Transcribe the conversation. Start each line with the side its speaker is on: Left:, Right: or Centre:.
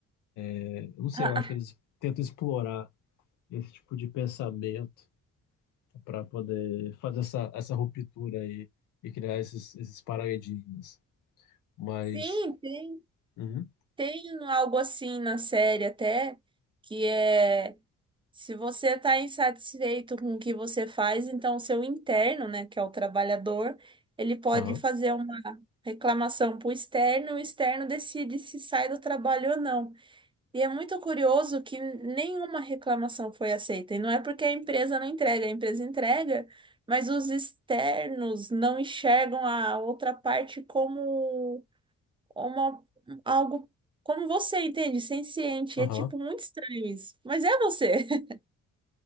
Left: É, Eu não sei,
Right: Ah,
Left: eu acho que eles tentam explorar. esse tipo de pensamento para poder fazer essa, essa ruptura aí e criar esses, esses paradigmas. Mas,
Right: Sim, tem.
Left: uhum,
Right: Tem algo assim na série até, que é se você está insatisfeito com o que você faz, então seu interno, né, que é o trabalhador, ele pode
Left: aham,
Right: fazer uma reclamação para o externo, o externo decide se sai do trabalho ou não. E é muito curioso que nenhuma reclamação foi aceita. E não é porque a empresa não entrega, a empresa entrega, mas os externos não enxergam a outra parte como uma, algo como você, entende? Senciente.
Left: aham.
Right: É tipo muito estranho isso. Mas é você. <laughs>